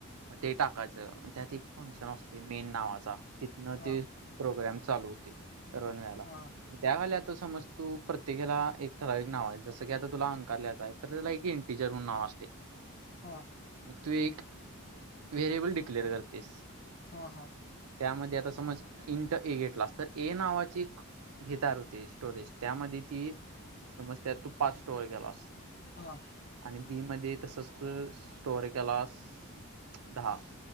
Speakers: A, on the right; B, on the left.
A: मग ते टाकायचं, त्यात एक फंक्शन असतय मेन नावाचा, तिथनं
B: हा
A: ते प्रोग्राम चालू होतय, रणव्हायला.
B: हा
A: त्या गाल्या समज तू प्रत्येकीला एक ठराविक नाव हाय, जसं की आता तुला अंकार ल्याच हाय. तर त्याला एक एनटीजर म्हूणन नाव असतय.
B: हा.
A: मग तू एक, व्हेरिएबल डिक्लेअर करतेस.
B: हा, हा.
A: त्यामध्ये आता समज, इंट ए घेतलास, तर ए नावाची एक हेे तयार होतय स्टोरेज, त्यामध्ये ती समजतीया, तू पाच स्टोऱ्या केलास.
B: हा.
A: आणि बी मध्ये तसच तू, स्टोअर केलास दहा.